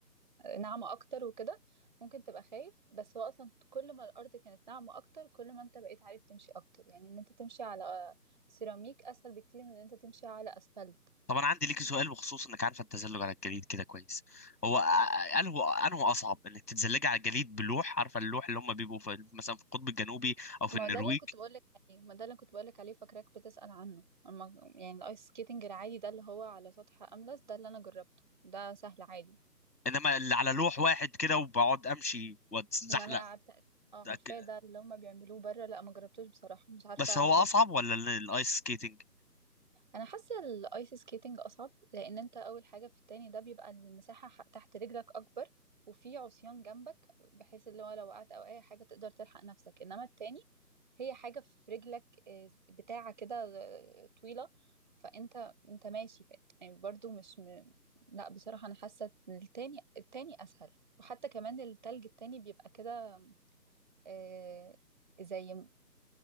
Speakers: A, on the right (about 30°); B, on the left (about 70°).
A: ناعمه اكتر وكده ممكن تبقى خايف بس هو اصلا كل ما الارض كانت ناعمه اكتر كل ما انت بقيت عارف تمشي اكتر يعني ان انت تمشي على آه، سيراميك اسهل بكتير من ان انت تمشي على اسفلت
B: طب انا عندي ليكي سؤال بخصوص انك عارفة التزلج على الجليد كده كويس هو قال هو انه اصعب انك تتزلجي على الجليد بلوح عارفة اللوح اللي هم بيبقوا في مثلا في القطب الجنوبي او في
A: ما
B: النرويج
A: ده اللي أنا كنت بقولك عليه ما ده اللي أنا كنت بقولك عليه فاكراك بتسأل عنه أما يعني الايس سكيتنج العادي ده اللي هو على سطح أملس ده اللي أنا جربته ده سهل عادي
B: انما اللي على لوح واحد كده وبقعد امشي واتزحلق
A: ما أنا عارفة اه
B: ده
A: عارفاه
B: ك-
A: ده اللي هما بيعملوه بره لا ما جربتوش بصراحة مش عارفة
B: بس هو اصعب ولا ال- الايس سكيتنج
A: انا حاسه الايس سكيتنج اصعب لان انت اول حاجه في التاني ده بيبقى المساحه ح- تحت رجلك اكبر وفي عصيان جنبك بحيث اللي هو لو وقعت او اي حاجه تقدر تلحق نفسك انما التاني هي حاجه في رجلك آه، بتاعه كده آه، طويله فانت انت ماشي ف- يعني برضو مش م... لا بصراحه انا حاسه إن التاني التاني اسهل وحتى كمان التلج التاني بيبقى كده آه، زي م-